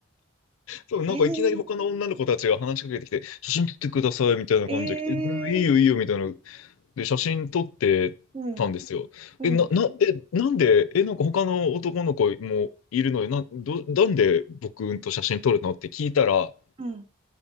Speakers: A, on the left (about 80°); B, on the right (about 25°).
A: そう、なんかいきなり他の女の子たちが話しかけてきて、
B: えー、
A: 写真撮ってくださいみたいな感じで来て、
B: えー、
A: うんいいよいいよみたいな。で、写真撮ってたんですよ。
B: うん。うん。
A: え、な、な、え、なんで、え、なんか他の男の子もいるのに、な、ど、なんで僕と写真撮るのって聞いたら、
B: うん。